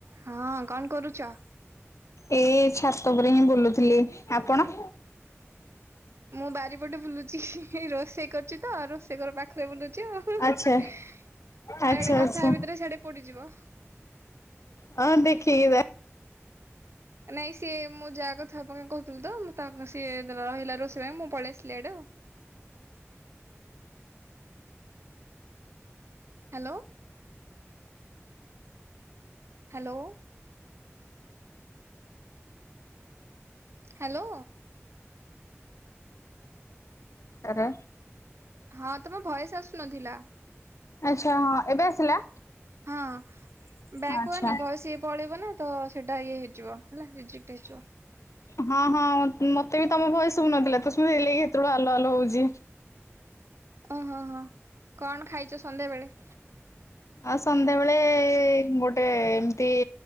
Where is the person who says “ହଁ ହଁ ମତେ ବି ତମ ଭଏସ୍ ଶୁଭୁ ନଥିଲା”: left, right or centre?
Left